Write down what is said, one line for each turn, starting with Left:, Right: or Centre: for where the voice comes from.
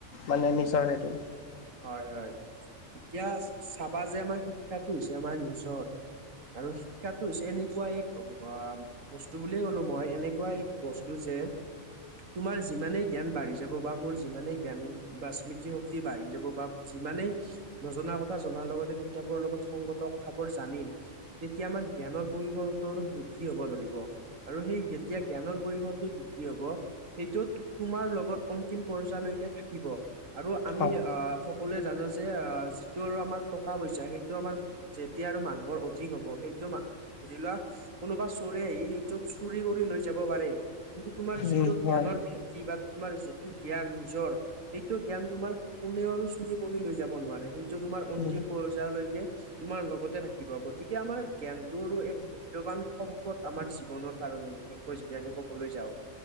Left: মানে নিচৰ সেইটো।
Right: হয়, হয়, এতিয়া চাবা যে আমাৰ শিক্ষাটো হৈছে আমাৰ নিজৰ আৰু শিক্ষাটো হৈছে এনেকুৱা এক বা বস্তু বুলিয়ে ক'লো মই এনেকুৱা এক বস্তু যে তোমাৰ যিমানেই জ্ঞান বাঢ়ি যাব বা মোৰ যিমানেই জ্ঞান বা স্মৃতিশক্তি বাঢ়ি যাব বা যিমানেই নজনা কথা জনাৰ লগতে কিতাপৰ লগত সংগত কথাবোৰ জানিম তেতিয়া আমাৰ জ্ঞানৰ পৰিৱৰ্তন আৰু বৃদ্ধি হব ধৰিব আৰু সেই যেতিয়া জ্ঞানৰ পৰিসৰটো বৃদ্ধি হব সেইটো তোমাৰ লগত অন্তিম পৰ্যায়লৈকে থাকিব আৰু আমি
Left: হয়
Right: অহ সকলোৱে জানো যে অহ যিটো আমাৰ টকা পইচা সেইটো আমাৰ যেতিয়া আৰু মানুহৰ অধিক হ'ব সেইটো মান ধৰি লোৱা কোনোবা চোৰে আহি সেইটো চুৰি কৰি লৈ যাব পাৰে কিন্তু তোমাৰ যিটো
Left: উম হয়
Right: জ্ঞানৰ ভেদ কি বা তোমাৰ যিটো জ্ঞান নিজৰ সেইটো জ্ঞান তোমাৰ কোনে আৰু চু চুৰি কৰি লৈ যাব নোৱাৰে সেইটো তোমাৰ অন্তিম
Left: উম
Right: পৰ্যায়লৈকে তোমাৰ লগতে থাকিব গতিকে আমাৰ জ্ঞানটোৰো এক মূল্যবান সম্পদ আমাৰ জীৱনৰ কাৰণে বিশেষকৈ যদি আমি কবলৈ যাওঁ